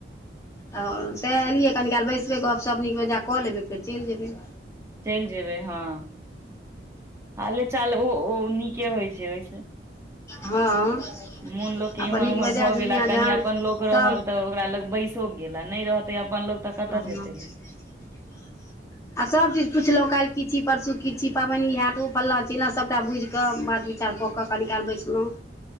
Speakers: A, on the left; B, on the right.
A: आ तैं एलै कनि काल बैसबै गप शप नीक से लेबै फेर चलि जेबै
B: चलि जेबै हाँ हाले चाल ओ नीके होइत छै ओहि सँ
A: हँ
B: मोन लोकके
A: अपन
B: इम्हर
A: नीक
B: ओम्हर
A: बेजाय
B: भऽ
A: दुनिआँ
B: गेला कनि
A: जहान
B: अपन लोक रहल
A: सब
B: तऽ ओकरा लग बैसो गेला नहि रहल तय अपन लोग त कते
A: हँ
B: जेते
A: <inaudible> आ सब चीज पुछलहुँ काल्ह कि छी परसू की छी पाबनि हयैत ओ फल्ला चिल्ला सभटा बुझि बात विचार कऽ कऽ कनी काल बैसलहु